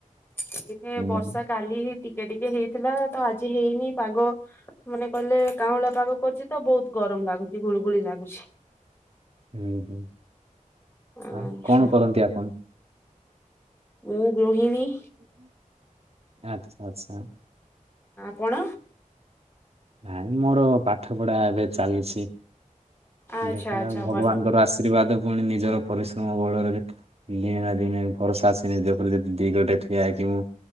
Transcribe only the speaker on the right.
ହୁଁ
ହୁଁ ହୁଁ,
ଆଉ କଣ କରନ୍ତି ଆପଣ?
ଆଚ୍ଛା ଆଚ୍ଛା।
ନାଇଁ ମୋର ପାଠ ପଢା ଏବେ ଚାଲିଛି
ଦେଖାଯାଉ
ଭଗବାନଙ୍କର
ଆଶୀର୍ବାଦ ପୁଣି ନିଜର ପରିଶ୍ରମ ବଳରେ ଦିନେ ନା ଦିନେ ଭରସା ଆସ ନିଜ ଉପରେଦ ଦି ଗୋଟେ ଠିଆ ହେଇକି ମୁଁ